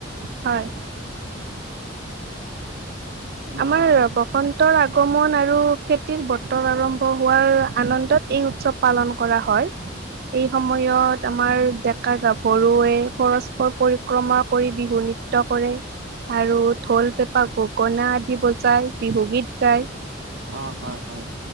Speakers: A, on the right (about 55°); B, on the right (about 85°).
A: হয়।
B: হয়। তোমাৰ
A: আমাৰ বসন্তৰ আগমন
B: অ
A: আৰু খেতিৰ বতৰ আৰম্ভ হোৱাৰ আনন্দত এই উৎসৱ পালন কৰা হয়। এই সময়ত আমাৰ দে কা গাভৰুৱে পৰস্পৰ পৰিক্ৰমা কৰি বিহু নৃত্য কৰে। আৰু ঢোল, পেঁপা, গগনা আদি বজাই বিহুগীত গায়।
B: অ', হয় - হয়,